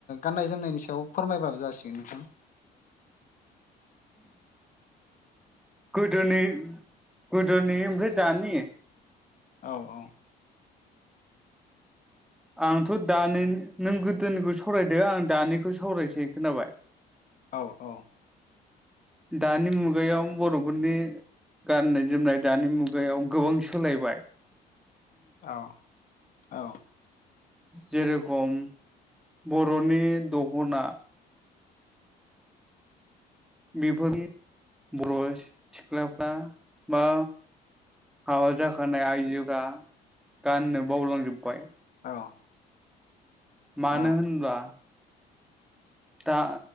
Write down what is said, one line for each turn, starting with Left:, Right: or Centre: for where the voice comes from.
Left: गाननाय जोमनायनि सायाव फोरमायबाबो जासिगोन नोंथां
Centre: गोदोनि गोदोनि ओमफ्राय दानि
Left: औ औ
Centre: आंथ' दानि नों गोदोनिखौ सावरायदो आं दानिखौ सावरायसै खोनाबाय
Left: औ औ
Centre: दानि मुगायाव बर'फोरनि गाननाय जोमनाय दानि मुगायाव गोबां सोलायबाय
Left: औ औ
Centre: जेरेखम बर'नि दगना बेफोर बर' सिख्लाफ्रा बा हा जाखानाय आइजोफ्रा गाननो बावलांजोब्बाय
Left: औ
Centre: मानो
Left: औ
Centre: होनब्ला दा